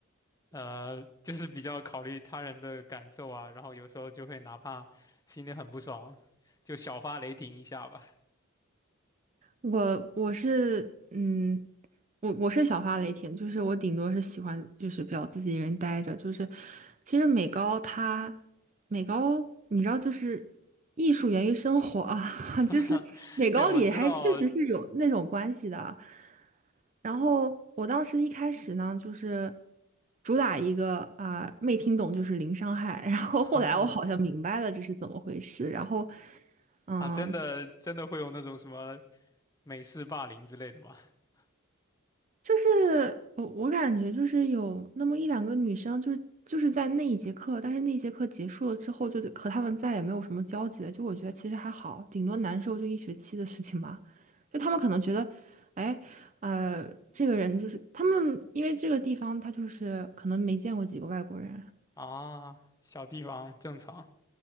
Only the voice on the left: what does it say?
呃，就是比较考虑他人的感受啊，然后有时候就会哪怕心里很不爽，就小发雷霆一下吧。
<laughs>
对，我知道，
<laughs>
啊，真的真的会有那种什么美式霸凌之类的吗？<laughs>
啊，小地方正常